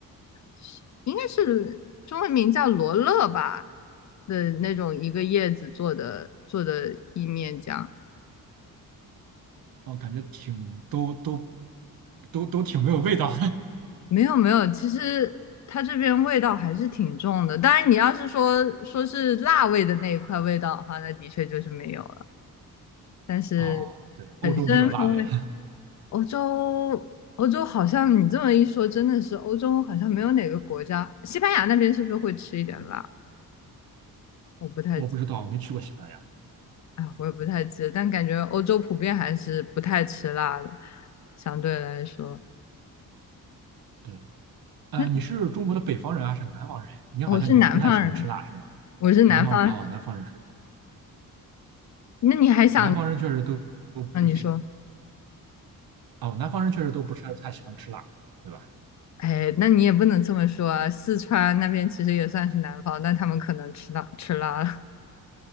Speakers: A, on the left (about 50°); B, on the right (about 70°).
A: 是应该是中文名叫罗勒吧的那种一个叶子做的做的意面酱。
B: 哦，感觉挺都都都都挺没有味道的。
A: 没有没有，其实它这边味道还是挺重的。当然，你要是说说是辣味的那一块味道的话，那的确就是没有了。
B: <laughs>
A: 但是
B: 哦，对，欧洲没有辣味，
A: 真风味，欧洲欧洲好像你这么一说，真的是欧洲好像没有哪个国家，西班牙那边是不是会吃一点辣？我不太记
B: <laughs> 我不知道，我没去过西班牙。
A: 啊，我也不太记得，但感觉欧洲普遍还是不太吃辣的，相对来说。
B: 对，呃，
A: 那
B: 你是中国的北方人还是南方人？你好像也不太喜欢吃辣，
A: 我是南方人，
B: 是吗？
A: 我是南方人
B: 南方人哦，南方人是。
A: 那你还想？
B: 南方人确实都都不喜
A: 那你说。
B: 哦，南方人确实都不是太喜欢吃辣，对吧？
A: 哎，那你也不能这么说啊，四川那边其实也算是南方，但他们可能吃辣吃辣了。